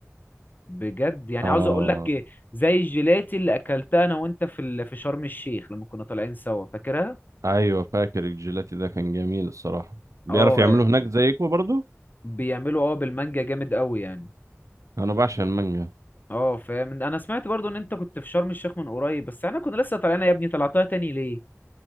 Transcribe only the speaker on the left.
بجد يعني
عاوز اقول لك زي الجيلاتي اللي اكلتها انا وانت في ال- في شرم الشيخ لما كنا طالعين سوا فاكرها
اه
بيعملوا اه بالمانجا جامد قوي يعني
اه فاهم انا سمعت برضو ان انت كنت في شرم الشيخ من قريب بس انا كنت لسه طالعنا يا ابني طلعتها تاني ليه